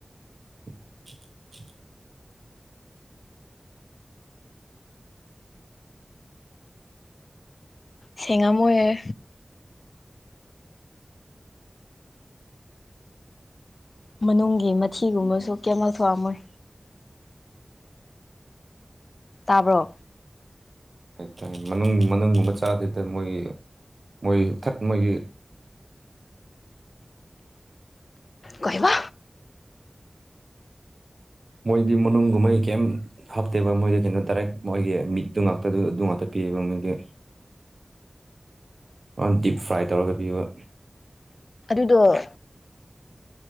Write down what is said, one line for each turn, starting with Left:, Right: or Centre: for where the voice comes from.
Right: <inaudible>
Left: ꯁꯦꯡꯉꯝꯃꯣꯢꯌꯦ ꯃꯅꯨꯡꯒꯤ ꯃꯊꯤꯒꯨꯝꯕꯁꯨ ꯀꯩꯝ ꯂꯧꯊꯣꯛ ꯑꯝꯃꯣꯏ ꯇꯥꯕ꯭ꯔꯣ
Right: ꯇꯥꯢꯌꯦ ꯇꯥꯢ ꯃꯅꯨꯡ ꯃꯅꯨꯡꯒꯨꯝꯕ ꯆꯥꯗꯦꯗ ꯃꯣꯏꯒꯤ ꯃꯣꯏ ꯊꯠ ꯃꯣꯏꯒꯤ
Left: ꯀꯩꯕ
Right: ꯃꯣꯏꯗꯤ ꯃꯅꯨꯡꯒꯨꯝꯕꯩ ꯀꯩꯝ ꯍꯥꯞꯇꯦꯕ ꯃꯣꯏꯗ ꯀꯩꯅꯣ ꯗꯥꯏꯔꯦꯛ ꯃꯣꯏꯒꯤ ꯃꯤꯠꯇꯣ ꯉꯥꯛꯇꯗ ꯑꯗꯨ ꯉꯛꯇ ꯄꯤꯕ ꯃꯣꯢꯗꯤ <unintelligible> ꯗꯤꯞ ꯐ꯭ꯔꯥꯏ ꯇꯧꯔꯒ ꯄꯤꯕ
Left: ꯗꯣ